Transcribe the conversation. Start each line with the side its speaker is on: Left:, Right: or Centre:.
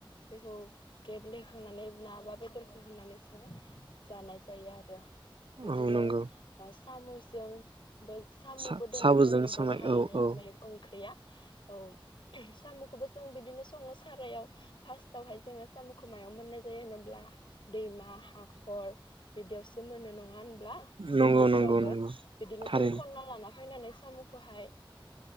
Left: बेखौ गेब्लेहोनानै नाबा बेदरखौ होननानै सोङो जानाय जायो आरो बिदिनो
Right: औ नंगौ
Left: ओ सामसजों सामुबो
Right: सा
Left: दोङो
Right: साबोजों
Left: जोंनि
Right: संनाय
Left: बर हारिनि
Right: औ औ
Left: बे ओंख्रिया औ सामखौबो जों बिदिनो सङो सारायाव फार्स्टावहाय जोङो सामखौ मायाव मोननाय होनोब्ला दैमा हाखर बिदियावसो मोननो नङा होन दुब्लिफोरावबो
Right: नंगौ नंगौ नंगौ
Left: बिदिनो
Right: थारैनो
Left: जों खनना लाना फायनानै सामखौहाय